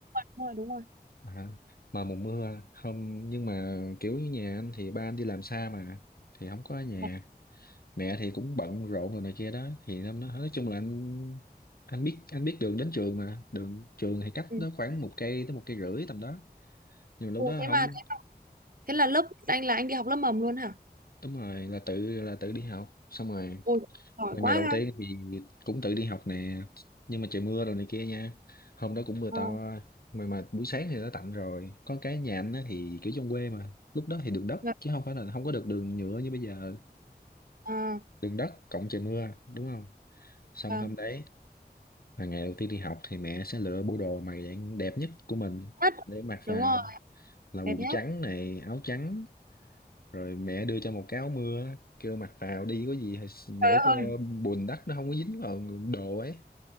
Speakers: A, on the right (about 55°); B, on the left (about 60°).
A: đúng rồi đúng rồi.
B: À, mà mùa mưa không nhưng mà kiểu như nhà anh thì ba anh đi làm xa mà thì không có ở nhà.
A: đúng rồi.
B: Mẹ thì cũng bận rộn rồi này kia đó thì năm nó nói chung là anh anh biết anh biết đường đến trường mà đường trường thì cách
A: Ừ.
B: nó khoảng một cây tới một cây rưỡi tầm đó nhưng mà lúc
A: Ồ,
B: đó
A: thế
B: không
A: mà Thế là lớp anh là anh đi học lớp mầm luôn hả?
B: đúng rồi là tự là tự đi học xong rồi
A: Ôi, giỏi
B: Là
A: quá
B: ngày đầu
A: ha.
B: tiên thì cũng tự đi học nè nhưng mà trời mưa rồi này kia nha hôm đó cũng mưa
A: Ờ,
B: to mà mà buổi sáng thì đã tạnh rồi có cái nhà anh á thì kiểu trong quê mà lúc đó thì đường đất
A: vâng,
B: chứ không phải là không có được đường nhựa như bây giờ
A: ờ,
B: đường đất cộng trời mưa đúng không xong
A: vâng.
B: hôm đấy là ngày đầu tiên đi học thì mẹ sẽ lựa bộ đồ mà dạng đẹp nhất của mình
A: Nhất.
B: để mặc vào
A: Đúng rồi,
B: là quần
A: đẹp nhất.
B: trắng này áo trắng rồi mẹ đưa cho một cái áo mưa kêu mặc vào đi có gì thì
A: Trời
B: để
A: ơi,
B: cho bùn đất nó không có dính vào đồ ấy